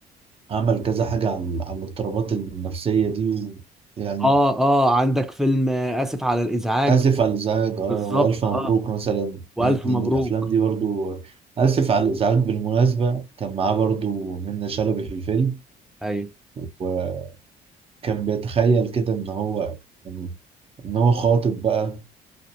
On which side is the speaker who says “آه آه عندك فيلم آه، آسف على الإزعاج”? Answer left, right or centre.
Centre